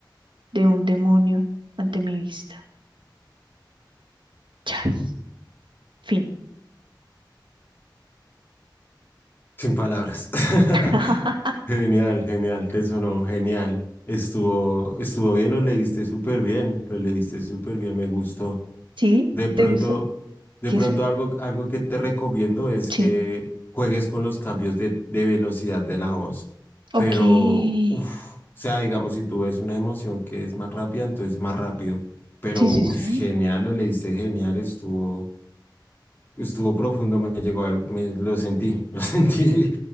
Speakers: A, on the right; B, on the left.
A: de un demonio ante mi vista. Chas. Fin.
B: sin palabras. <laughs>
A: <laughs>
B: Genial, genial, te sonó genial. Estuvo, estuvo bien, lo leíste súper bien, lo leíste súper bien, me gustó.
A: ¿Sí?
B: De pronto,
A: ¿Te gusta?
B: de
A: Queso.
B: pronto algo, algo que te recomiendo es
A: Sí.
B: que juegues con los cambios de, de velocidad de la voz.
A: Ok.
B: Pero,
A: Sí,
B: uff, o sea, digamos, si tú ves una emoción que es más rápida, entonces más rápido. Pero,
A: sí, sí.
B: uff, genial, lo leíste genial, estuvo. Estuvo profundo, me llegó, al- me, lo sentí, <laughs> lo sentí,